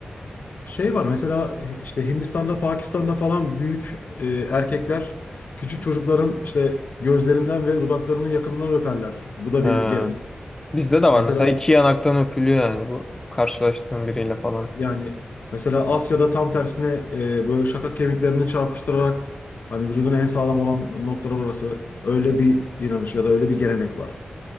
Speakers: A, on the left; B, on the left.
A: Şey var mesela e, işte Hindistan'da, Pakistan'da falan büyük e, erkekler küçük çocukların işte gözlerinden ve dudaklarının yakınından öperler. Bu da
B: Ee,
A: bir gelenek.
B: bizde de
A: Mesela
B: var mesela iki yanaktan öpülüyor yani bu karşılaştığım biriyle falan.
A: Yani mesela Asya'da tam tersine e, böyle şakak kemiklerini çarpıştırarak hani vücudun en sağlam olan noktalar orası. Öyle bir inanış ya da öyle bir gelenek var.